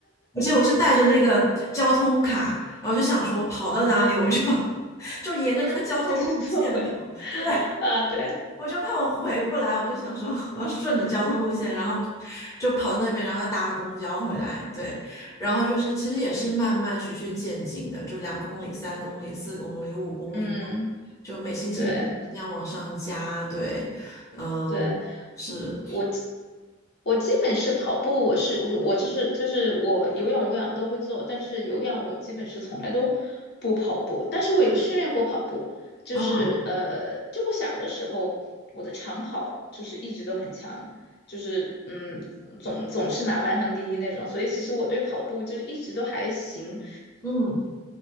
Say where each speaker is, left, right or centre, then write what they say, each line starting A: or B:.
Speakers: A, on the left; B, on the left.
A: 而且我是带着那个交通卡，然后就想说我跑到哪里我就 <laughs> 就沿着那个交通路线跑，
B: <laughs> 就是做回来
A: 对，
B: 啊，对。
A: 我就怕我回不来，我就想说我要顺着交通路线，然后就跑到那边，然后再搭公交回来。对，然后就是其实也是慢慢循序渐进的，就两公里、三公里、四公里、五公里，
B: 嗯，
A: 就每星期每星期这样往上加。
B: 对
A: 对，嗯，
B: 对，
A: 是，
B: 我基我基本是跑步，我是我我就是就是我有氧无氧都会做，但是有氧我基本是从来都不跑步，但是我有训练过跑步，就是呃，
A: 嗯
B: 就我小的时候我的长跑就是一直都很强，就是嗯总总是拿班上第一那种，所以其实我对跑步就是一直都还行，
A: 嗯